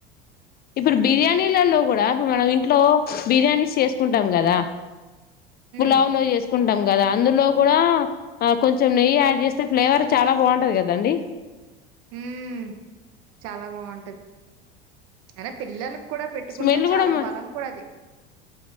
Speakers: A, on the left; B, on the right.
A: ఇప్పుడు బిర్యానీలల్లో కూడా వాళ్ళది ఇంట్లో బిర్యానీస్ చేసుకుంటాం కదా
B: ఉమ్
A: బులా మో చేస్ కుంటాం కదా అందులో కూడా కొంచెం నెయ్యి యాడ్ చేస్తే ఫ్లేవర్ చాల బాగుంటది కదండి
B: ఉమ్ చాల బాగుంటది అయినా పిల్లలు కూడ పెట్టుకుంటే
A: స్మెల్
B: చాలా
A: కూడా మ
B: బలం కూడా అది